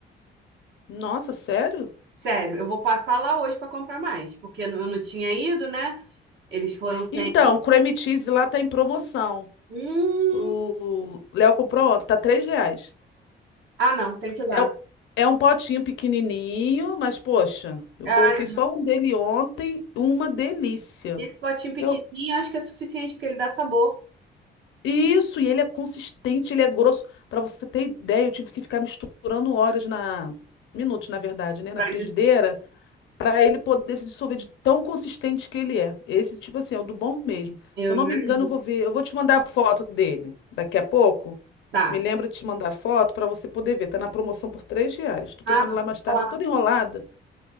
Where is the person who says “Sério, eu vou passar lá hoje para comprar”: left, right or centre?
Right